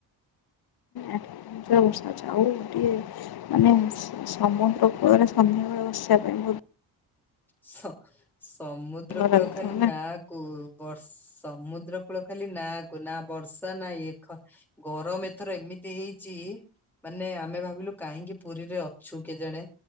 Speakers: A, on the left; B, in the centre.
A: <inaudible> ମସା ଚାଉ ଗଟି <inaudible> ମାନେ, ସମୁଦ୍ର କୂଳରେ ସନ୍ଧ୍ୟାବେଳେ ବସିବା ପାଇଁ ବହୁ
B: ସମୁଦ୍ର
A: ଭଲ
B: କୂଳ
A: ଲାଗୁଥିବ
B: ଖାଲି ନା କୁ ବର୍ଷ, ସମୁଦ୍ର କୂଳ ଖାଲି ନା କୁ ନା ବର୍ଷା ନା ଇଏ ଗରମ ଏଥର ଏମିତି ହେଇଛି ମାନେଆମେ ଭାବିଲୁ କାହିଁକି ପୁରୀରେ ଅଛୁ କେ ଜଣେ,